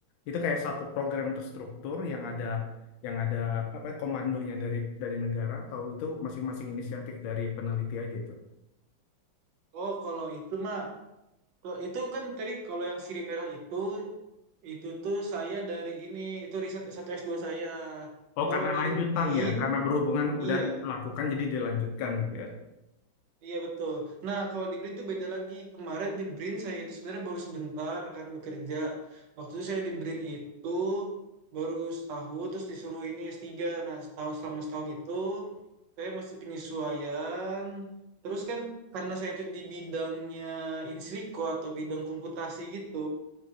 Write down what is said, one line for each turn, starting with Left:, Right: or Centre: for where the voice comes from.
Left: itu kayak satu program yang terstruktur yang ada yang ada apa komandonya dari dari negara atau itu masing-masing inisiatif dari peneliti aja itu?
Right: Oh, kalau itu mah Kok itu kan tadi kalau yang sirih merah itu itu tuh saya dari ini itu riset satu s dua saya.
Left: Oh,
Right: Kalau
Left: karena
Right: dari
Left: lanjutan
Right: BRIN
Left: ya, karena berhubungan udah
Right: iya,
Left: dilakukan jadi dilanjutkan gitu ya.
Right: iya betul. Nah, kalau di BRIN tuh beda lagi. Kemarin di BRIN saya itu sebenarnya baru sebentar kan bekerja. Waktu itu saya di BRIN itu baru setahun terus disuruh ini s tiga Nah, setahun selama setahun itu saya masih penyesuaian. Terus kan karena saya itu di bidangnya insiliko atau bidang komputasi gitu.